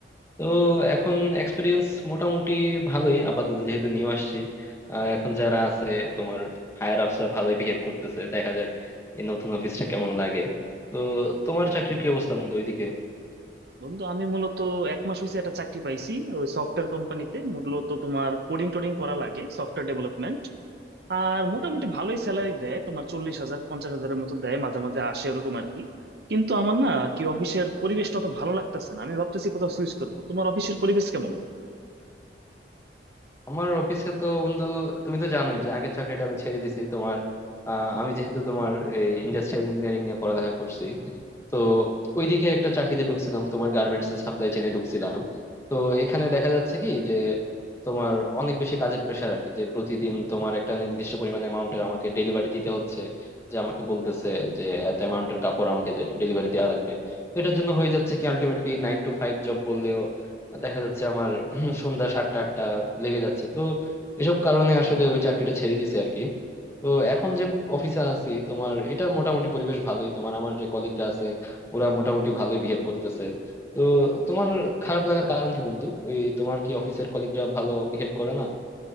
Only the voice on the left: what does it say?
তো এখন এক্সপিরিয়েন্স মোটামুটি ভালোই আপাতত যেহেতু নিউ আসছি আহ, এখন যারা আছে তোমার হায়ার আপসরা ভালোই বিহেভ করতেছে দেখা যাক এই নতুন অফিসটা কেমন লাগে তো তোমার চাকরির কি অবস্থা বন্ধু ওইদিকে
আমার অফিসে তো বন্ধু তুমি তো জানোই যে আগের চাকরিটা আমি ছেড়ে দিছি তোমার আহ, আমি যেহেতু তোমার এই ইন্ডাস্ট্রিয়াল ইঞ্জিনিয়ারিং নিয়ে পড়ালেখা করছি তো ওইদিকে একটা চাকরিতে ঢুকছিলাম তোমার গার্মেন্টস এর সাপ্লাই চেইনে ঢুকছিলাম তো এখানে দেখা যাচ্ছে কি যে তোমার অনেক বেশি কাজের প্রেশার আর কি যে প্রতিদিন তোমার একটা নির্দিষ্ট পরিমাণ অ্যামাউন্টের আমাকে ডেলিভারি দিতে হচ্ছে যে আমাকে বলতেছে যে এত অ্যামাউন্টের কাপড় আমাকে ডেলিভারি দেওয়া লাগবে তো এটার জন্য হয়ে যাচ্ছে কি আলটিমেটলি নাইন টু ফাইভ জব বললেও দেখা যাচ্ছে আমার হুম, সন্ধ্যা সাতটা আটটা লেগে যাচ্ছে তো এসব কারণে আসলে ওই চাকরিটা ছেড়ে দিছি আর কি তো এখন যে অফিসে আছি তোমার এটার মোটামুটি পরিবেশ ভালোই তোমার আমার যে কলিগরা আছে ওরা মোটামুটি ভালোই বিহেভ করতেছে তো তোমার খারাপ লাগার কারণ কি বন্ধু ওই তোমার কি অফিসের কলিগরা ভালো বিহেভ করে না